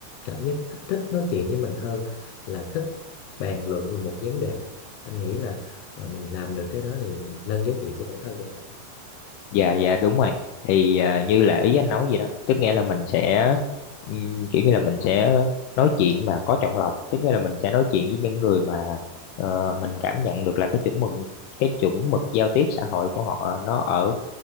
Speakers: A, on the left; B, on the left.
A: cảm giác thích thích nói chuyện với mình hơn là thích bàn luận về một vấn đề anh nghĩ là ờ, mình làm được cái đó thì nâng giá trị của bản thân mình lên em.
B: dạ dạ đúng rồi thì à, như là ý anh nói vậy đó tức nghĩa là mình sẽ ừm, kiểu như là mình sẽ nói chuyện mà có chọn lọc tức nghĩa là mình sẽ nói chuyện với những người mà ờ, mình cảm nhận được là cái chuẩn mực cái chuẩn mực giao tiếp xã hội của họ nó ở